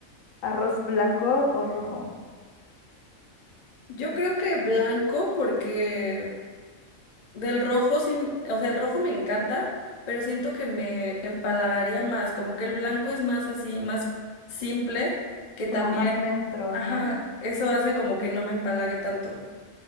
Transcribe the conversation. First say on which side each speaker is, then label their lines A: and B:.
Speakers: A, on the left; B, on the left.
A: arroz blanco o rojo,
B: Yo creo que blanco porque Del rojo sí, o sea, el rojo me encanta, pero siento que me empalagaría más, como que el blanco es más así, más simple, que también,
A: como más neutro,
B: ajá,
A: ¿no?
B: eso hace como que no me empalague tanto.